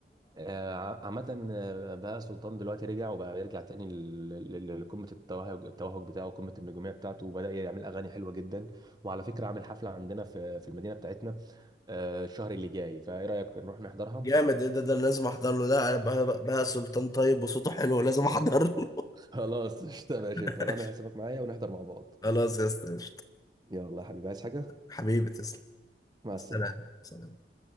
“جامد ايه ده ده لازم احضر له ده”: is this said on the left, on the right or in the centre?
Left